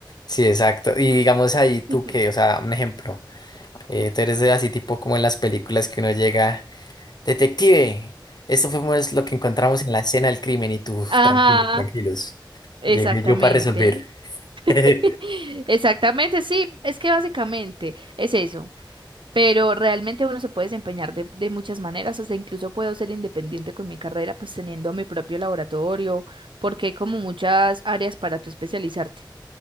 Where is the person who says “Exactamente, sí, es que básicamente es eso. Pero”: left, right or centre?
Right